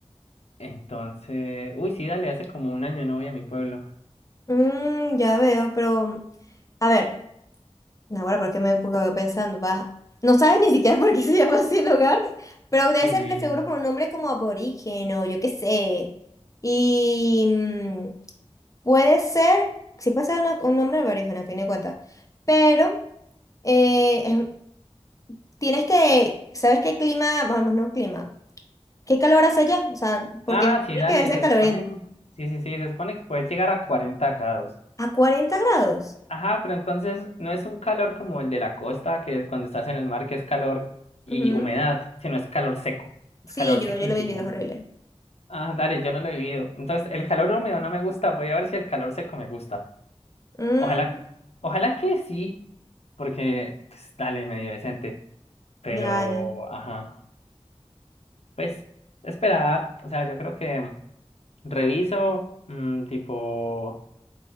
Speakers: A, on the left; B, on the left.
A: Entonces, uy, sí, dale, hace como un año no voy a mi pueblo.
B: Mm, ya veo, pero, a ver. No, bueno, porque me quedo pensando, vas, no sabes ni siquiera por qué se llama así el lugar, pero debe
A: Eh,
B: ser de seguro por un nombre como aborigen o yo qué sé. Y mm, puede ser, sí puede ser una- un nombre aborigen a fin de cuentas, pero eh, em, tienes que, ¿sabes qué clima? Vamos, no clima. ¿Qué calor hace allá? O sea, porque
A: ah,
B: me imagino
A: sí, dale,
B: que debe ser
A: se
B: caloriento.
A: supone, sí, sí, sí, se supone que puedes llegar a 40 grados.
B: A 40 grados.
A: Ajá, pero entonces no es un calor como el de la costa, que cuando estás en el mar, que es calor y
B: Ujú.
A: humedad, sino es calor seco, es
B: Sí,
A: calor
B: yo,
A: sequísimo.
B: yo lo he vivido, es horrible.
A: Ah, dale, yo no lo he vivido. Entonces, el calor húmedo no me gusta, voy a ver si el calor seco me gusta.
B: Mm,
A: Ojalá, ojalá que sí, porque, pues, dale, medio decente, pero,
B: ya, ya.
A: ajá, pues, esperar, o sea, yo creo que reviso, mm, tipo...